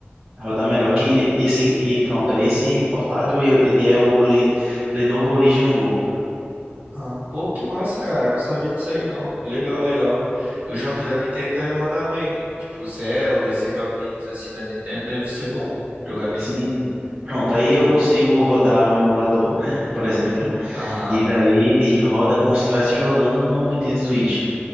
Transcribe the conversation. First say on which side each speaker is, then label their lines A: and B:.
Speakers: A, on the right; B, on the right.
A: rodar melhor. Que esse, e pronto, aí esse portátil, ele ele é o Le- Lenovo Legion Go.
B: aham. Pô, que massa, cara. Eu não sabia disso aí, não. Legal, legal. Os jogos da Nintendo devem rodar bem, né? Tipo, Zelda, esses joguinhos assim da Nintendo deve ser bom jogar nele.
A: Sim, sim. pronto, aí eu consigo rodar um emulador, <laughs> por exemplo,
B: Aham.
A: E daí ele roda como se estivesse jogando no Nintendo Switch.